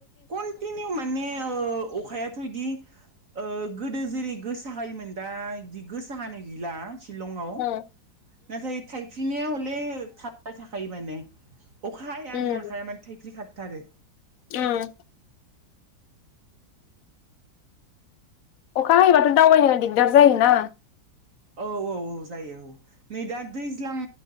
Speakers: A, on the right; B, on the left.
A: कन्टिनिउ माने अखायाथ' इदि ओ गोदो जेरै गोसा हायोमोन दा बिदि गोसा हानाय गैला शिलंआव
B: उम
A: नाथाय थायफ्रिनाया हले थाबाय थाखायो माने अख हाया
B: उम
A: होननो हाखाया माने थायफ्रि खारथारो
B: औ अखा हायोबाथ' दावबायनो दिग्दार जायोना
A: औ औ औ जायो औ नै दा दैज्लां